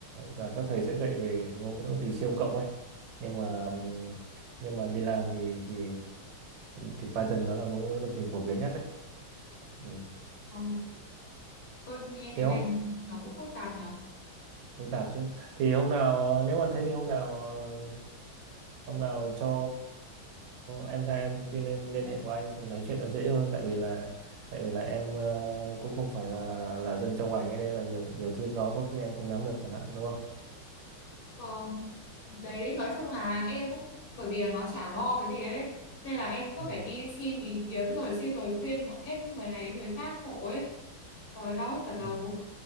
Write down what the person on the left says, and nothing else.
Ờ, ôi nghe
cái
ngành này nó cũng phức tạp nhở
Vâng, đấy nói chung là em cũng bởi vì là nó chả lo cái gì ấy nên là em cứ
phải đi xin ý kiến rồi xin lời khuyên của hết người này đến người khác hộ ấy rồi đau cả đầu